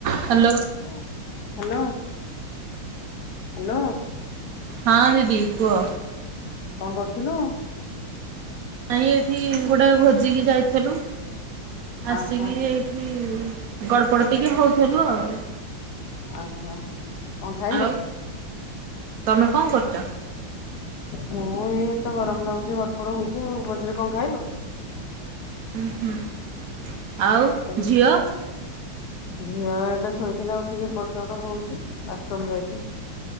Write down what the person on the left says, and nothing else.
କଣ କରୁଥୁଲୁ? Hello hello.
କଣ କରୁଥୁଲୁ?
ଆହୋ
ଓହୋ। କଣ ଖାଇଲୁ?
ମୁଁ ଏଇ ତ ଗରମ ଲାଗୁଚି ଗଡପଡ ହଉଚି ଆଉ। ଭୋଜିରେ କଣ ଖାଇଲୁ?
କହିଲି
ଝିଅ ଏଟା ଶୋଇଥିଲା ଉଠିକି ଏପଟ ସେପଟ ହଉଚି। ବାଥରୁମ୍ ଯାଇଚି।